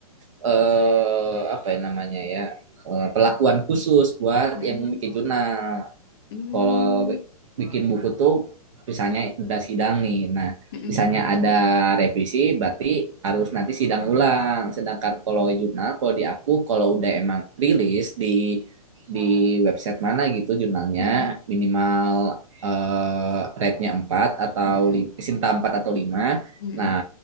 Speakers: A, on the right; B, on the left.
A: eh apa ya namanya ya? eh, perlakuan khusus buat
B: Mm-mm,
A: yang bikin jurnal
B: mm,
A: kalau bikin buku tuh misalnya udah sidang nih. Nah,
B: mm-mm,
A: misalnya ada revisi berarti harus nanti sidang ulang. Sedangkan kalau jurnal kalau di aku kalau udah emang rilis di di website mana gitu jurnalnya
B: mm-mm,
A: minimal eh rate-nya 4 atau
B: mm-mm,
A: lim- Sinta 4 atau 5.
B: mm-mm,
A: Nah,